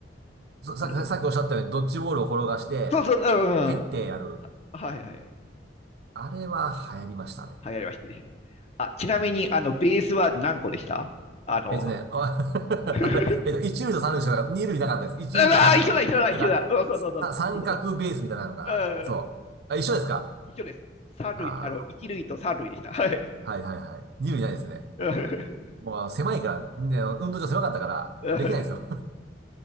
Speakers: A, on the right; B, on the left.
A: そさっき、
B: なるほど。
A: さっきおっしゃったように、ドッジボールを転がして、
B: そうそう、う
A: 蹴ってやる。
B: ん、うん。はいはいはい。
A: あれは流行りましたね。
B: はい、ありましたね。あ、ちなみに、あの、ベースは何個でしたあの、
A: えっとね、あ <laughs>
B: <laughs>
A: あれ、えっと、一塁と三塁しかなかった、二塁なかったです。一塁と三塁だけ。
B: うわー一緒だ、一緒だ、
A: なんか、
B: 一緒だ。うん、そうそうそうそう。
A: さ三角ベースみたいなのかな、
B: うちもそうでした。
A: あれ。そう。
B: うん、
A: あ、一緒ですか
B: 一緒です。三類あの、
A: あ
B: 一類と三類でした。はい。
A: あー、はいはいはい。二塁ないですね。
B: うん
A: もうあの狭いから、ね、運動場狭かったから、
B: うん
A: できないんですよ。
B: <laughs>